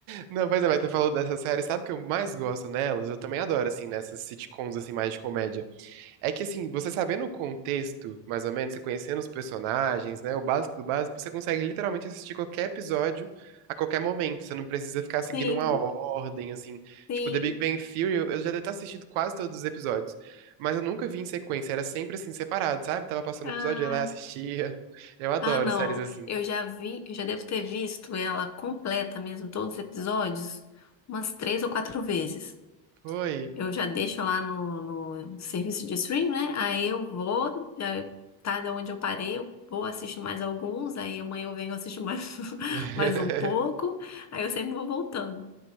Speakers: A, on the right; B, on the left.
A: Não, pois é, mas tu falou dessa série, sabe o que eu mais gosto nelas? Eu também adoro, assim, nessas sitcoms, assim, mais de comédia. É que, assim, você sabendo o contexto, mais ou menos, você conhecendo os personagens, né, o básico do básico, você consegue literalmente assistir qualquer episódio a qualquer momento. Você não precisa ficar
B: Sim,
A: seguindo uma ordem, assim.
B: sim.
A: Tipo, The Big Bang Theory, eu eu já devo ter assistido quase todos os episódios, mas eu nunca vi em sequência, era sempre, assim, separado, sabe? Tava passando
B: Ah,
A: o episódio, eu ia lá e assistia. Eu adoro
B: ah, não.
A: séries assim.
B: Eu já vi, eu já devo ter visto ela completa mesmo, todos os episódios, umas três ou quatro vezes.
A: Foi.
B: Eu já deixo lá no, no serviço de stream, né? Aí eu vou, já tá de onde eu parei, eu vou assistir mais alguns, aí amanhã eu venho assistir mais, <laughs>
A: <laughs>
B: mais um pouco, aí eu sempre vou voltando.